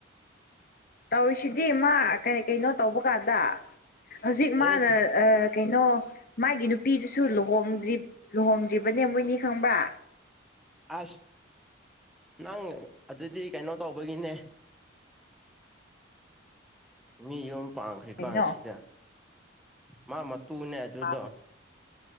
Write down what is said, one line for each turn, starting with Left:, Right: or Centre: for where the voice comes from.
Left: ꯇꯧꯔꯤꯁꯤꯗꯤ ꯃꯥ ꯀꯩ ꯀꯩꯅꯣ ꯇꯧꯕ ꯀꯥꯟꯗ ꯍꯧꯖꯤꯛ
Centre: ꯑꯦꯁ
Left: ꯃꯥꯅ ꯑꯥ ꯀꯩꯅꯣ ꯃꯥꯒꯤ ꯅꯨꯄꯤꯗꯨꯁꯨ ꯂꯨꯍꯣꯡꯗ꯭ꯔꯤ ꯂꯨꯍꯣꯡꯗ꯭ꯔꯤꯕꯅꯦ ꯃꯣꯏꯅꯤ ꯈꯪꯕ꯭ꯔꯥ
Centre: ꯑꯁ ꯅꯪ ꯑꯗꯨꯗꯤ ꯀꯩꯅꯣ ꯇꯧꯕꯒꯤꯅꯦ ꯃꯤ ꯌꯨꯝ ꯄꯥꯡꯈ꯭ꯔꯤ
Left: ꯀꯩꯅꯣ
Centre: ꯀꯥꯟꯁꯤꯗ ꯃꯥ ꯃꯇꯨꯅꯦ ꯑꯗꯨꯗꯣ
Left: ꯇꯥꯗꯔ꯭ꯤ